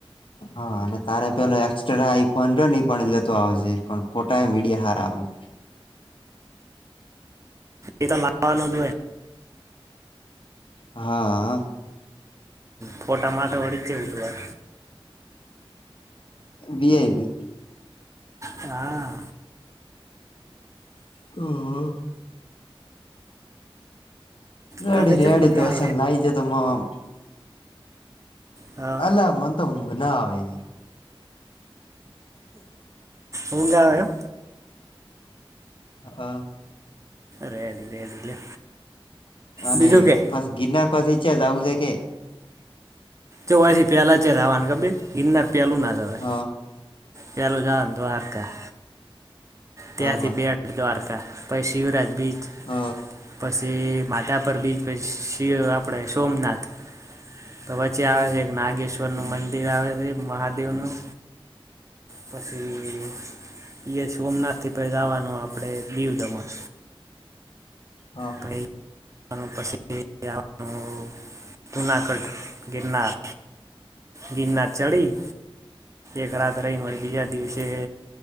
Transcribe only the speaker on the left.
હા અને તારે પેલો એક્સ્ટ્રા આઈફોન જો ની પણ જતો આવજે પણ ફોટા એ મીડિયા હારા આવે.
હાઅ.
વી આય પી.
હાઆ. રેડી
રેડી
તો અસલ લાઈ જતો મોમ.
અલા મન તો ઊંઘ ના આવી.
હા અ.
અને
પછી ગિરનાર પછી નીચે આવું છે કે
હ હ
હ હ હ
હ હ હ
હા